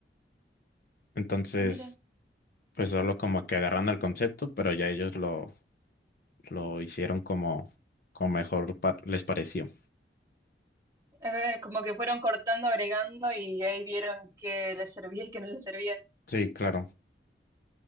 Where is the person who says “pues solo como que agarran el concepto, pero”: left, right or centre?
Left